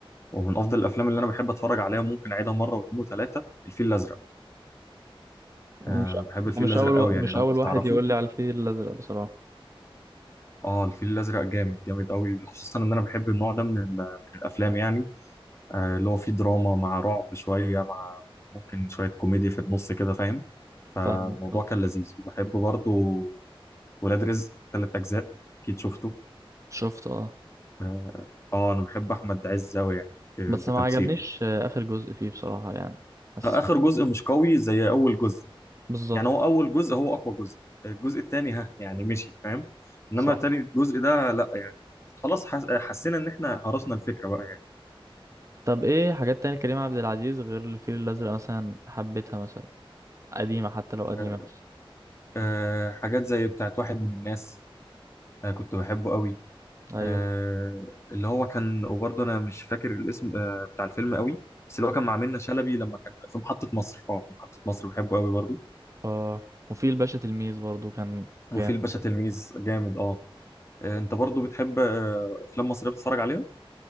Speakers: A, on the left; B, on the right.
A: ومن افضل الافلام اللي انا بحب اتفرج عليها ممكن اعيدها مره واثنين وثلاثه الفيل الازرق
B: مش
A: آه، انا بحب
B: انت
A: الفيل
B: مش
A: الازرق
B: اول و...
A: قوي
B: مش
A: يعني لو
B: اول
A: انت
B: واحد
A: تعرفه
B: يقول لي على الفيل الازرق بصراحه
A: اه الفيل الازرق جامد جامد قوي خصوصا ان انا بحب النوع ده من ال- من الافلام يعني آه، اللي هو فيه دراما مع رعب شويه مع ممكن شويه كوميديا في النص كده فاهم فالموضوع
B: فاهمك اه
A: كان لذيذ وبحب برضه ولاد رزق ثلاث اجزاء اكيد شفته
B: شفت اه
A: اه آه، انا بحب احمد عز قوي يعني في
B: بس
A: في
B: ما
A: تمثيله
B: عجبنيش آه، اخر جزء فيه بصراحة يعني حسيت
A: اخر جزء مش قوي زي اول جزء
B: بالظبط
A: يعني هو اول جزء هو اقوى جزء الجزء الثاني ها يعني مشي فاهم انما
B: صح
A: تاني جزء ده لا يعني خلاص حس... حسينا ان احنا هرسنا الفكره بقى يعني
B: طب ايه حاجات تانية كريم عبد العزيز غير الفيل الازرق مثلا حبيتها مثلا قديمة حتى لو قديمة
A: آه،
B: مثلا
A: آه، حاجات زي بتاعت واحد من الناس آه، كنت بحبه قوي
B: ايوه
A: آه، اللي هو كان وبرضه انا مش فاكر الاسم آه، بتاع الفيلم قوي بس اللي هو كان مع منة شلبي لما كان في محطة مصر اه في محطة مصر بحبه قوي برضه
B: اه وفي الباشا تلميذ برضو كان جامد.
A: وفي الباشا تلميذ جامد اه آه، انت برضو بتحب آه، افلام مصريه بتتفرج عليها